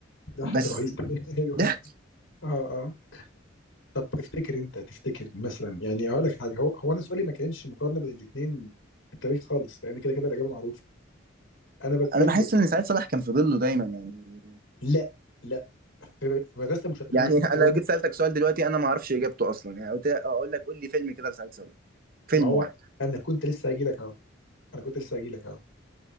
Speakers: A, on the left; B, on the right.
A: ضحك
B: بس
A: رهيب <laughs> ايوه
B: ضحك
A: اه اه طب تفتكر انت تفتكر مثلا يعني اقول لك حاجه هو هو انا سؤالي ما كانش مقارنه بين الاثنين في التاريخ خالص لان كده كده الاجابه معروفه انا بتكلم
B: انا بحس ان سعيد صالح كان في ظله دايما يعني
A: لا لا في مدرسه المشاغبين
B: يعني
A: كانت
B: <laughs> انا
A: بتقول
B: لو
A: له-
B: جيت سالتك سؤال دلوقتي انا ما اعرفش اجابته اصلا يعني قلت اقول لك قول لي فيلم كده لسعيد صالح فيلم
A: ما هو
B: واحد
A: انا كنت لسه هاجي لك اهو انا كنت لسه هاجي لك اهو